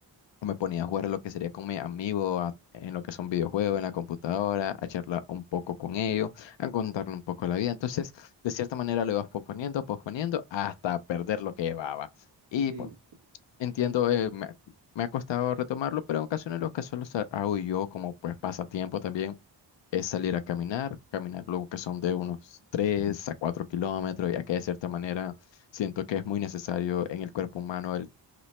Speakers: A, on the left; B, on the right.
A: o me ponía a jugar lo que sería con mi amigo a- en lo que son videojuegos, en la computadora, a charlar un poco con ellos, a contarle un poco la vida. Entonces, de cierta manera lo ibas posponiendo, posponiendo hasta perder lo que llevaba. Y
B: Sí,
A: pues, entiendo,
B: te entiendo.
A: eh, me, ha me ha costado retomarlo, pero en ocasiones lo que solo sa- hago yo como pues pasatiempo también es salir a caminar, caminar luego que son de unos 3 a 4 kilómetros, ya que de cierta manera siento que es muy necesario en el cuerpo humano